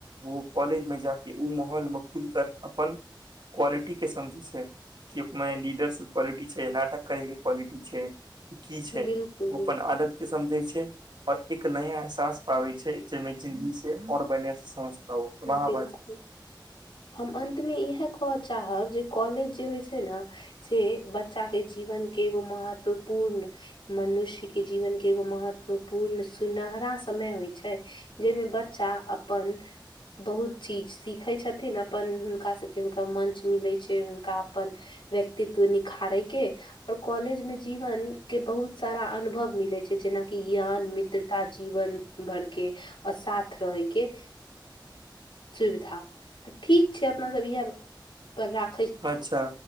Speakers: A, on the right; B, on the left.
A: उ कॉलेज मे जा केँ उ माहौलमे खूल कर अपन क्वालिटी केँ समझै छै। की उपमे लीडरशप क्वालिटी छै नाटक करै केँ क्वालिटी छै। की - की छै
B: बिल्कुल बिल्कुल
A: ओ अपन आदत केँ समझै छै। पर एक नया एहसास पाबै छै। जेहिमे जिन्दगी से आओर बढिया से समझ पाबो वाह
B: बिलकुल
A: भाई
B: हम अन्तमे इहै कहऽ चाहब जे कॉलेज जे होइ छै। नऽ से एक बच्चा केँ जीवन केँ एगो महत्वपूर्ण मनुष्य केँ जीवन केँ एगो महत्वपूर्ण सुनहरा समय होइ छै। जहिमे बच्चा अपन बहुत चीज सीखै छथिन अपन हुनकास सभ केँ हुनकर मंच मिलै छै। हुनका अपन व्यक्तित्व निखारै केँ आओर कॉलेजमे जीवन केँ बहुत सारा अनुभव मिलै छै। जेनाकि ज्ञान मित्रता जीवन भर केँ आओर साथ रहै केँ सुविधा तऽ ठीक छै। अपना सब इह पर रा
A: अच्छऽ